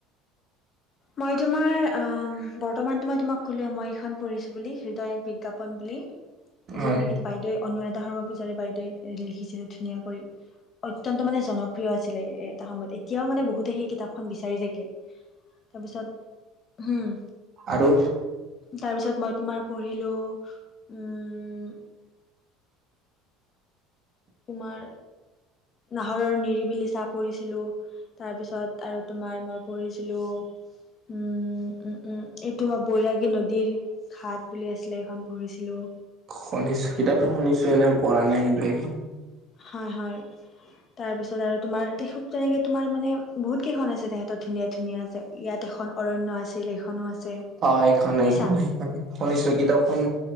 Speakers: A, on the left; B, on the right.
A: মই তোমাৰ আহ! বৰ্তমানটো মই তোমাক ক'লোৱে মই এইখন পঢ়িছোঁ বুলি হৃদয় এক বিজ্ঞাপন বুলি। য'ত
B: হয়
A: নেকি বাইদেৱে অনুৰাধা শৰ্মা পূজাৰি বাইদেৱে লিখিছিলে ধুনীয়া কৰি। অত্যন্ত মানে জনপ্ৰিয় আছিল এটা সময়ত। এতিয়াও মানে বহুতে সেই কিতাপখন বিচাৰি থাকে। তাৰপিছত হম।
B: আৰু
A: তাৰপিছত মই তোমাৰ পঢ়িলো, উম তোমাৰ নাহৰৰ নিৰিবিলি ছাঁ পঢ়িছিলোঁ। তাৰপিছত আৰু তোমাৰ মই পঢ়িছিলোঁ উম, উম, উম এই তোমাৰ বৈৰাগী নদীৰ। ঘাট বুলি আছিলে, এইখন পঢ়িছিলোঁ।
B: শুনিছো, কিতাপখন শুনিছো। এনেই পঢ়া নাই কিন্তু এই।
A: হয়, হয়। তাৰপিছত আৰু তোমাৰ তেখেত তেনেকে তোমাৰ মানে, বহুত কেইখন আছে তেখেতৰ ধুনীয়া, ধুনীয়া আছে। ইয়াত এখন অৰণ্য আছিল এইখনো আছে।
B: অ' এই খন,
A: শুনিছা
B: এইখনেই। শুনিছো। কিতাপখন